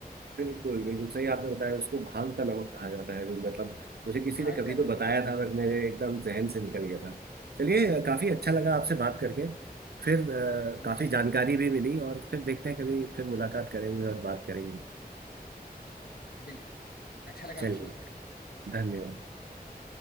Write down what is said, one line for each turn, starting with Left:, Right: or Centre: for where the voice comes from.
Right: बिल्कुल बिल्कुल सही आपने बताया उसको भांग का नमक कहा जाता है जो मतलब मुझे किसी
Left: भांग
Right: ने कभी
Left: का
Right: तो
Left: नमक
Right: बताया था पर मेरे एकदम जहन से निकल गया था चलिए अ, काफी अच्छा लगा आपसे बात करके फिर अ,
Left: अ, मुझे
Right: काफी
Left: भी
Right: जानकारी
Left: अच्छा
Right: भी मिली और फिर देखते हैं कभी फिर मुलाकात करेंगे और बात करेंगे
Left: बिल्कुल अच्छा लगा
Right: चलिए
Left: आपसे बात करके
Right: धन्यवाद